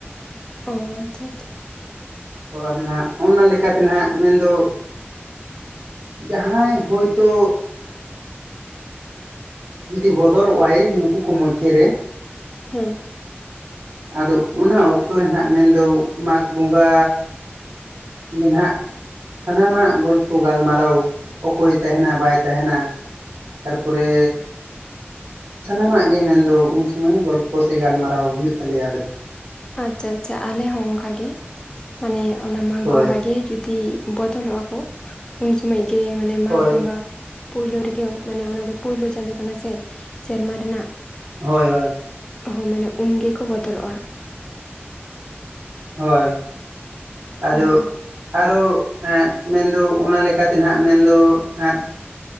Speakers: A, on the left; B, on the right.
A: ᱚ ᱟᱪᱪᱷᱟ ᱟᱪᱪᱷᱟ
B: ᱚ ᱟᱫᱚ ᱱᱟᱜ ᱚᱱᱟ ᱞᱮᱠᱟᱛᱮ ᱱᱟᱦᱟᱜ ᱢᱮᱱᱫᱚ ᱡᱟᱦᱟᱸᱭ ᱦᱳᱭᱛᱚ᱾ ᱡᱩᱫᱤ ᱵᱚᱫᱚᱞᱚᱜ ᱟᱭ ᱱᱩᱠᱩ ᱠᱚ ᱢᱚᱫᱽᱫᱷᱮ ᱨᱮ᱾
A: ᱦᱩᱸ
B: ᱟᱫᱚ ᱚᱱᱟ ᱚᱠᱛᱚ ᱨᱮ ᱦᱟᱜ ᱢᱮᱱᱫᱚ ᱢᱟᱜᱽ ᱵᱚᱸᱜᱟᱼᱼ ᱜᱮ ᱱᱟᱜᱼᱼ ᱥᱟᱱᱟᱢᱟᱜ ᱜᱚᱞᱯᱚ ᱜᱟᱞᱢᱟᱨᱟᱣ, ᱚᱠᱚᱭ ᱛᱟᱦᱮᱱᱟ ᱵᱟᱭ ᱛᱟᱦᱮᱱᱟ᱾ ᱛᱟᱨᱯᱚᱨᱮ, ᱥᱟᱱᱟᱢᱟᱜᱼᱼ ᱢᱮᱱᱫᱚ, ᱩᱱ ᱜᱚᱞᱯᱚ ᱥᱮ ᱜᱟᱞᱢᱟᱨᱟᱣ ᱦᱩᱭᱩᱜ ᱛᱟᱞᱮᱭᱟ ᱟᱞᱮ ᱫᱚ᱾
A: ᱟᱪᱪᱷᱟ, ᱟᱪᱪᱷᱟ ᱟᱞᱮ ᱦᱚᱸ ᱚᱱᱠᱟ ᱜᱮ, ᱢᱟᱱᱮ ᱚᱱᱟ ᱢᱟᱜᱽ
B: ᱦᱳᱭ
A: ᱵᱚᱸᱜᱟ ᱜᱮ ᱡᱩᱫᱤᱼᱼ ᱵᱚᱫᱚᱞᱚᱜᱼᱟ ᱠᱚ, ᱩᱱ ᱥᱚᱢᱚᱭ ᱜᱮ ᱢᱟᱱᱮ ᱢᱟᱜᱽ
B: ᱦᱳᱭ
A: ᱵᱚᱸᱜᱟᱼᱼ ᱯᱩᱭᱞᱩ ᱨᱮᱜᱮ ᱢᱟᱱᱮ ᱚᱱᱟᱫᱚ ᱯᱩᱭᱞᱩ ᱪᱟᱸᱫᱳ ᱠᱟᱱᱟ ᱥᱮ ᱥᱮᱨᱢᱟ ᱨᱮᱱᱟᱜ᱾
B: ᱦᱚᱭ, ᱦᱚᱭ᱾
A: ᱦᱚᱸ ᱢᱟᱱᱮ ᱩᱱ ᱜᱮᱠᱚ ᱵᱚᱫᱚᱞᱚᱜᱼᱟ᱾
B: ᱦᱚᱭ, ᱟᱫᱚᱼᱼ
A: ᱦᱳᱭ
B: ᱟᱨᱚᱜ ᱮᱸᱜ, ᱢᱮᱱ ᱫᱚ ᱚᱱᱟ ᱞᱮᱠᱟᱛᱮ ᱦᱟᱸ ᱢᱮᱱᱫᱚ ᱮᱸᱜᱼᱼ